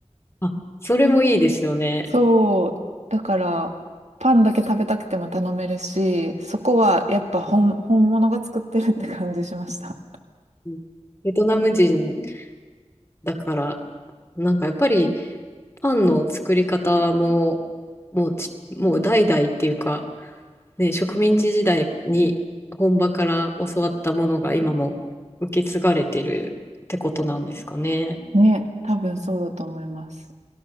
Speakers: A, on the left; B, on the right.
A: あ、それもいいですよね。
B: そう。だから、パンだけ食べたくても頼めるし、そこはやっぱ本、本物が作ってるって感じしました。
A: うんベトナム人だから、なんかやっぱりパンの作り方も、もうち、もう代々っていうか、ね、植民地時代に本場から教わったものが今も受け継がれてるってことなんですかね。
B: ね、多分そうだと思います。